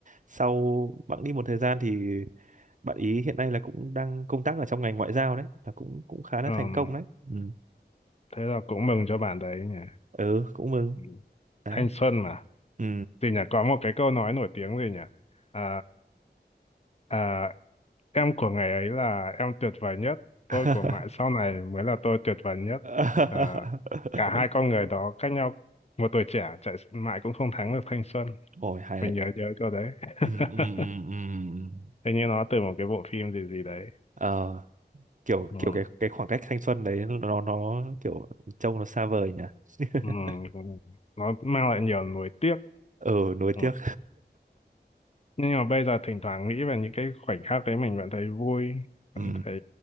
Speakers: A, on the right; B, on the left.
A: sau bạn đi một thời gian thì bạn ý hiện nay là cũng đang công tác ở trong ngành ngoại giao đấy là cũng cũng khá là
B: Ừm,
A: thành công đấy ừ,
B: thế là cũng mừng cho bạn đấy nhỉ
A: ừ cũng mừng
B: Ừ.
A: đấy
B: thanh xuân mà
A: ừ
B: Thì nhỉ, có một cái câu nói nổi tiếng gì nhỉ? À, à, em của ngày ấy là em tuyệt vời nhất, tôi
A: <laughs>
B: của mãi sau này mới là tôi tuyệt vời nhất.
A: <laughs>
B: À, cả hai con người đó cách nhau một tuổi trẻ, chạy mãi cũng không thắng được thanh xuân.
A: Ôi hay
B: Mình
A: đấy.
B: nhớ nhớ câu đấy. <laughs>
A: ừ, ừ, ừ, ừ.
B: Hình như nó từ một cái bộ phim gì gì đấy.
A: Ờ, kiểu
B: Ừ.
A: kiểu cái cái khoảng cách thanh xuân đấy nó nó kiểu trông nó xa vời nhỉ. <laughs>
B: Ừ. ừ. Nó mang lại nhiều nuối tiếc.
A: Ừ, nuối
B: Ừ.
A: tiếc.
B: nhưng mà bây giờ thỉnh thoảng nghĩ về những cái khoảnh khắc đấy mình vẫn thấy vui
A: Ừ,
B: vẫn thấy